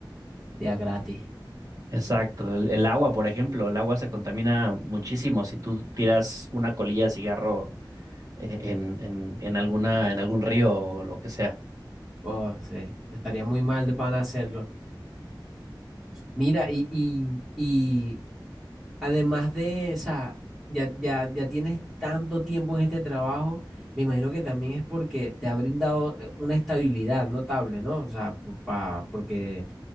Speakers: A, in the centre; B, on the right (about 45°).
A: de a gratis.
B: Exacto, el, el agua, por ejemplo, el agua se contamina muchísimo si tú tiras una colilla de cigarro en, en, en alguna, en algún río o lo que sea.
A: Oh, sí, estaría muy mal de pan hacerlo. Mira, y, y, y además de, o sea, ya, ya, ya tienes tanto tiempo en este trabajo, me imagino que también es porque te ha brindado eh, una estabilidad notable, ¿no? O sea, pa, porque